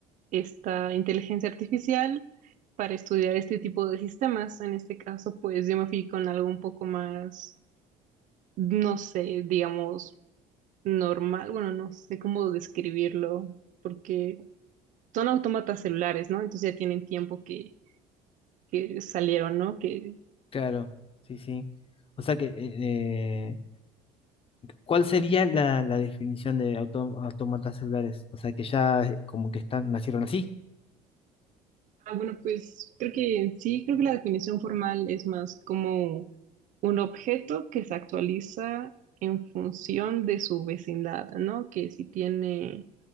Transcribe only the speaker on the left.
Claro, sí, sí. O sea que, eh, ¿cuál sería la, la definición de auto- autómatas celulares? O sea que ya eh, como que están, nacieron así.